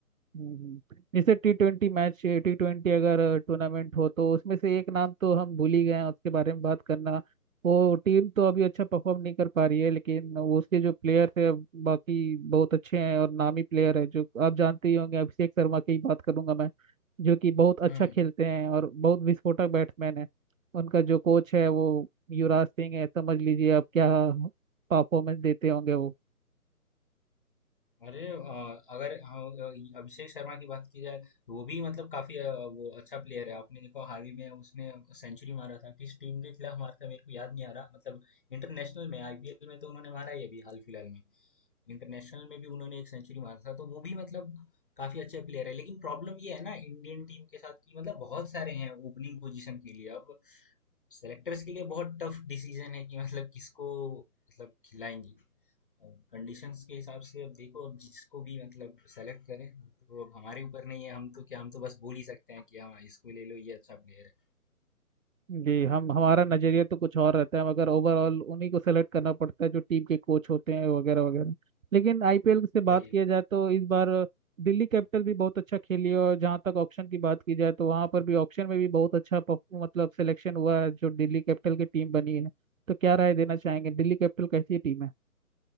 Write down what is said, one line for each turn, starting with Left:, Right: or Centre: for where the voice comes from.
Right: हम्म, जैसे T twenty match T twenty अगर टूर्नामेंट हो तो उसमें से एक नाम तो हम भूल ही गए हैं उसके बारे में बात करना वो टीम तो अभी अच्छा परफॉर्म नहीं कर पा रही है लेकिन उसके जो प्लेयर्स है बाकी बहुत अच्छे हैं और नामी प्लेयर है जो आप जानते ही होंगे अभिषेक शर्मा की ही बात करूंगा मैं जो कि बहुत अच्छा
Left: हम्म
Right: खेलते हैं और बहुत विस्फोटक बैट्समैन है उनका जो कोच है वो युवराज सिंह है समझ लीजिए आप क्या परफॉर्मेंस देते होंगे वो
Left: अरे अ, अगर हम, अ, अभिषेक शर्मा की बात की जाए तो वो भी मतलब काफी अ, वो अच्छा प्लेयर है आपने देखा हाल ही में उसने सेंचुरी मारा था किस टीम के खिलाफ मारा था मेरे को याद नहीं आ रहा मतलब इंटरनेशनल में आईपीएल में तो उन्होंने मारा ही अभी हाल फिलहाल में इंटरनेशनल में भी उन्होंने एक सेंचुरी मारा था तो वो भी मतलब काफी अच्छे प्लेयर है लेकिन प्रॉब्लम ये है ना इंडियन टीम के साथ कि मतलब बहुत सारे हैं ओपनिंग पोजीशन के लिए अब सेलेक्टर्स के लिए बहुत टफ डिसीजन है कि मतलब किसको मतलब खिलाएंगे कंडीशंस के हिसाब से अब देखो अब जिसको भी मतलब सेलेक्ट करें तो अब हमारे ऊपर नहीं है हम तो क्या हम तो बस बोल ही सकते हैं कि हाँ इसको ले लो ये अच्छा प्लेयर है
Right: जी हम हमारा नजरिया तो कुछ और रहता है मगर ओवरऑल उन्हीं को सेलेक्ट करना पड़ता है जो टीम के कोच होते हैं वगैरह वगैरह लेकिन आईपीएल से बात
Left: वही
Right: किया
Left: है
Right: जाए तो इस बार दिल्ली कैपिटल भी बहुत अच्छा खेली है और जहाँ तक ऑक्शन की बात की जाए तो वहाँ पर भी ऑक्शन में भी बहुत अच्छा परफ- मतलब सिलेक्शन हुआ है जो दिल्ली कैपिटल की टीम बनी है तो क्या राय देना चाहेंगे दिल्ली कैपिटल कैसी टीम है